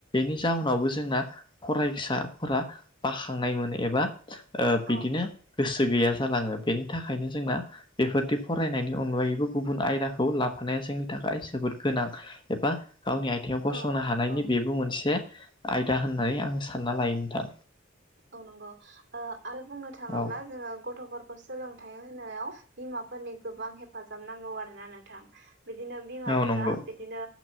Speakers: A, on the left; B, on the right.
A: नि जाउनावबो जोंना फरायसाफोरा बाखांनाय मोनो एबा ओ। बिदिनो
B: औ
A: गोसो। गैया जालांओ बेनि थाखायनो जोंना बेफोरदि फरायनायनि अनगायैबो गुबुन आयदाखौ ला। थाफानाया जोंनि थाखाय जोबोद गोनां एबा गावनि आयथिंङाव गसंनो
B: औ औ
A: हानायनि
B: नंगौ
A: बेबो मोनसे। आयदा होननाय आं सानना लायोन थां।
B: औ नंगौ ओ आरो बुंनो थांओब्ला
A: औ
B: जोंओ गथ'फोर। खौ सोलोंथाइ होनायाव बिमाफोरनि गोबां हेफाजाब नांगौ आरो ना नोंथां। बिदिनो बिमाफोरा
A: औ नंगौ
B: बिदिनो।